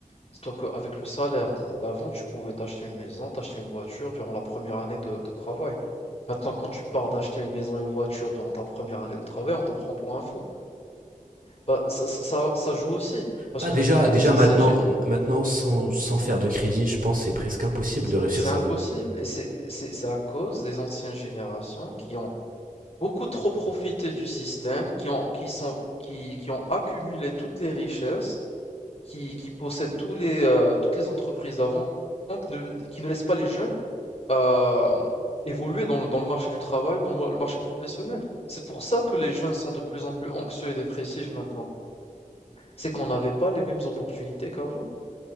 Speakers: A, on the left; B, on the right.
A: dis-toi qu'avec le salaire d'i- d'avant, tu pouvais t'acheter une maison, t'acheter une voiture durant la première année de, de travail. Maintenant, quand tu pars d'acheter une maison et une voiture durant ta première année de travail, on te prend pour un fou. Bah, ça, ça, ça- ça joue aussi. Parce
B: Bah,
A: que
B: déjà,
A: les,
B: déjà
A: les
B: maintenant,
A: anciennes, gé-
B: maintenant sans, sans faire de crédit, je pense que c'est presque impossible
A: C'est
B: de réussir
A: c'est
B: sa
A: impossible
B: vie.
A: et c'est c'est c'est à cause des anciennes générations qui ont beaucoup trop profité du système, qui ont qui sont qui qui ont accumulé toutes les richesses, qui qui possèdent tous les euh, toutes les entreprises d'avant, qui ne qui ne laissent pas les jeunes euh, évoluer dans le dans le marché du travail ou dans le mar- le marché professionnel. C'est pour ça que les jeunes sont de plus en plus anxieux et dépressifs maintenant. C'est qu'on n'avait pas les mêmes opportunités qu'avant.